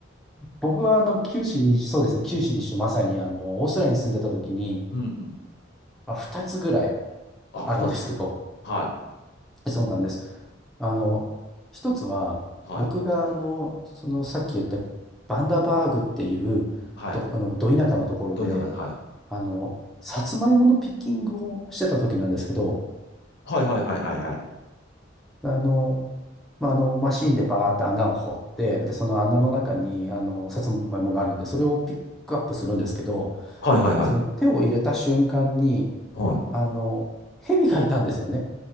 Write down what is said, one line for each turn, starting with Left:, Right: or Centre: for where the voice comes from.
Centre: 僕はあの、九州に、そうですね、九州にしてまさにあの、オーストラリアに住んでた時に、
Left: うんうん。
Centre: まあ、2つぐらい
Left: あ、
Centre: あるんですけど、
Left: 二つ。は
Centre: そうなんです。あの、一つは、
Left: い。はい。
Centre: 僕が、あの、その、さっき言ったバンダバーグっていうとこ、
Left: はい。
Centre: あの、ど田舎のところで、
Left: どういう中で、はい。
Centre: あの、さつまいものピッキングをしてた時なんですけど、
Left: はいはいはいはいはい。
Centre: あの、まあ、あの、マシンでバーって穴を掘って、で、その穴の中に、あの、さつまいもがあるんで、それをピックアップするんですけど、
Left: はいはいはい。
Centre: その手を入れた瞬間に、
Left: はい。
Centre: あの、蛇がいたんですよね。